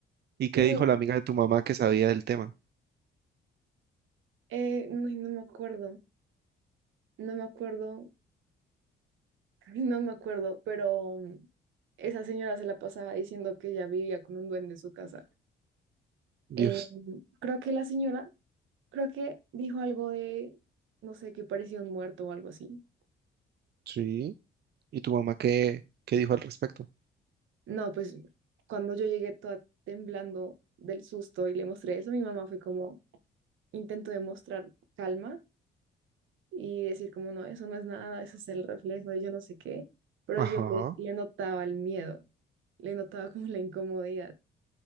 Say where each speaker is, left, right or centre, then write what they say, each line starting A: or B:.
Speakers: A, on the right; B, on the right.
A: ¿Y qué
B: Y
A: dijo
B: no,
A: la amiga de tu mamá que sabía del tema?
B: eh, no, no me acuerdo, no me acuerdo, <laughs> no me acuerdo, pero mm, esa señora se la pasaba diciendo que ella vivía con un duende en su casa.
A: Dios,
B: Eh, creo que la señora, creo que dijo algo de, no sé, que parecía un muerto o algo así.
A: sí. ¿Y tu mamá qué, qué dijo al respecto?
B: No, pues cuando yo llegué toda temblando del susto y le mostré eso, mi mamá fue como intento demostrar calma y decir como no, eso no es nada, eso es el reflejo de yo no sé qué, pero
A: Ajá.
B: yo le, le notaba el miedo, le notaba como la incomodidad.